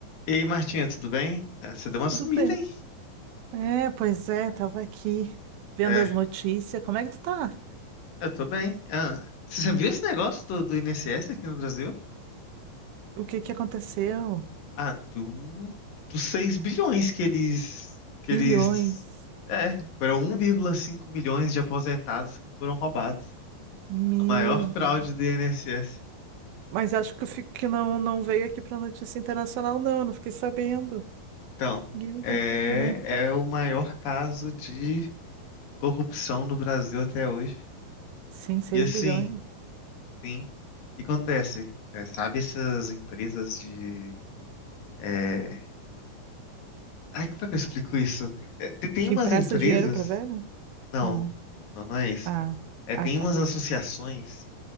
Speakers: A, on the left; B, on the right.
A: E aí, Martinha, tudo bem? Ah, Você deu uma sumida,
B: Tudo bem.
A: hein?
B: É, pois é, tava aqui vendo
A: É,
B: as notícias. Como é que tu tá?
A: eu tô bem. Ah, você viu esse negócio do, do INSS aqui no Brasil?
B: O que que aconteceu?
A: Ah, do, dos 6 bilhões que eles, que
B: Bilhões.
A: eles... É, foram 1,5 milhões de aposentados que foram roubados.
B: Meu
A: A maior
B: Deus.
A: fraude do INSS.
B: Mas acho que eu fico que não, não veio aqui pra notícia internacional, não. Eu não fiquei sabendo.
A: Então,
B: Ninguém me
A: é,
B: contou, não.
A: é o maior caso de corrupção no Brasil até hoje.
B: Sim, seis
A: E assim,
B: bilhões.
A: sim, o que acontece? É, sabe essas empresas de... é, Ai, como é que eu explico isso? É, te- tem
B: Que
A: umas
B: empresta
A: empresas.
B: dinheiro pra velho?
A: Não,
B: Não.
A: não, não é isso.
B: Ah,
A: É,
B: ah,
A: tem
B: tá.
A: umas associações